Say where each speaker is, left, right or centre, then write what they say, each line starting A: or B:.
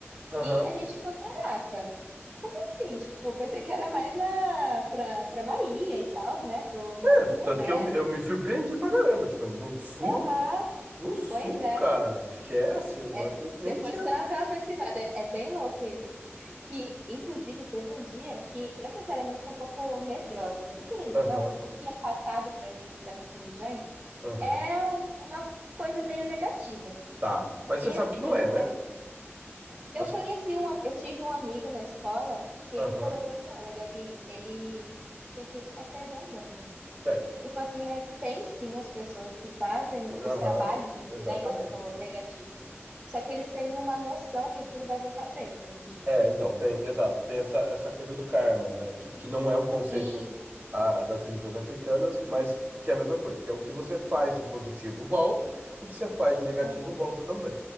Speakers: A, on the right; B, on the right.
A: Aham.
B: E a gente ficou, caraca, como assim? Tipo, pensei que era mais na, pra, pra Bahia e tal, né? Pro, mais
A: É,
B: pro Nordeste.
A: tanto que eu, me- eu me surpreendi pra caramba. Tipo, no sul?
B: Aham,
A: No sul,
B: pois é.
A: cara? Esquece, eu
B: É,
A: achei que nem
B: depois
A: tinha.
B: dá até uma pesquisada. É, é bem louco isso. Que, inclusive, teve um dia que eu, sinceramente, sou um pouco medrosa. Porque, querendo
A: Aham,
B: ou não, o que é passado pra gente dessas religiões
A: aham.
B: é uma coisa meio negativa.
A: Tá, mas você
B: E
A: sabe
B: assim,
A: que não é, né?
B: eu eu
A: Você.
B: conheci um, eu tive um amigo na escola que
A: Aham.
B: ele falou, falou assim, olha, Gabi, ele tinha que, acho que era da Umbanda ele.
A: certo.
B: Ele falou assim, é, tem sim as pessoas que fazem
A: Aham,
B: os trabalhos em si,
A: exatamente.
B: né, igual você falou, negativos, só que eles têm uma noção que aquilo vai voltar pra eles algum dia.
A: É, então, tem, exato, tem essa, essa coisa do karma, né? Que, que não é um conceito
B: E
A: ah, das religiões africanas, mas que é a mesma coisa, que é o que você faz de positivo volta, o que você faz de negativo
B: aham.
A: volta também.